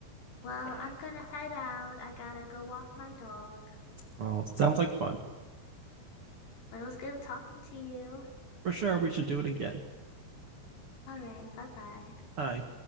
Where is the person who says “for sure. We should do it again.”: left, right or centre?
Right